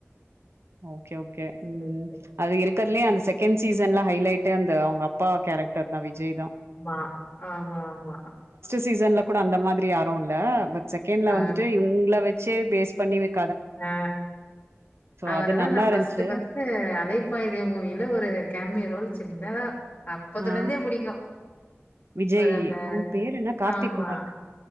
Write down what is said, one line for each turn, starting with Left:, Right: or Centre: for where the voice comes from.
Right: ஓகே ஓகே ம்
Left: சரி, சரி.
Right: அது இருக்கருலே அந்த செகண்ட் சீசன்ல ஹைலைட்டே அந்த அவுங்கப் பா கேரக்டர் தா விஜய் தா
Left: ஆ ஆமா ஆமா
Right: சீசன்ல கூட அந்த மாதிரி யாரும் இல்ல பட் செகண்ட்ல
Left: ஆ
Right: வந்துட்டு இவ்ங்ள வச் செ பேஸ் பண்ணி வச்
Left: ஆ அவரதா
Right: அது நல்லா
Left: நா ஃபர்ஸ்ட்ட்
Right: இருந்துச்சு
Left: பஸ்ட்ட் அலைப்பாயுதே மூவில ஒரு கேமிய ரோல் சின்னதா <inaudible>
Right: ஆ
Left: புடிக்கும்.
Right: விஜய்
Left: ஒரு அந்த
Right: அவுங்க பேரு என்ன கார்த்திக்
Left: ஆமா,
Right: குமார்